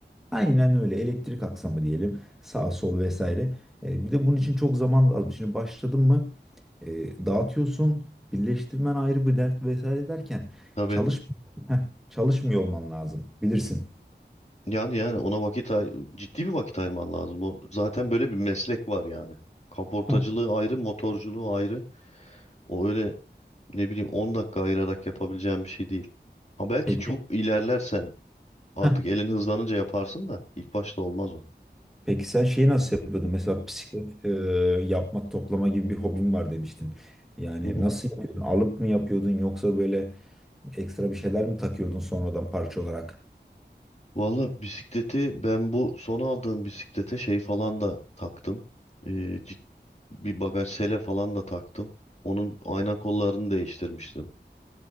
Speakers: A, in the centre; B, on the left (about 40°).
A: Aynen öyle. Elektrik aksamı diyelim. Sağ sol vesaire. E, bir de bunun için çok zaman lazım. Şimdi başladın mı e, dağıtıyorsun. Birleştirmen ayrı bir dert vesaire derken
B: Tabii.
A: çalış Heh, çalışmıyor olman lazım. Bilirsin.
B: Yani yani ona vakit ay- ciddi bir vakit ayırman lazım. O zaten böyle bir meslek var yani. Kaportacılığı
A: Heh,
B: ayrı, motorculuğu ayrı. O öyle ne bileyim 10 dakika ayırarak yapabileceğim bir şey değil. Ha belki
A: Peki.
B: çok ilerlersen artık
A: Heh,
B: elin hızlanınca yaparsın da ilk başta olmaz o.
A: Peki sen şeyi nasıl yapıyordun? Mesela bisiklet e, yapma, toplama gibi bir hobin var demiştin. Yani
B: Hı hı.
A: nasıl yapıyordun? Alıp mı yapıyordun yoksa böyle ekstra bir şeyler mi takıyordun sonradan parça olarak?
B: Valla bisikleti ben bu son aldığım bisiklete şey falan da taktım. Ee, cid- bir bagaj sele falan da taktım. Onun ayna kollarını değiştirmiştim.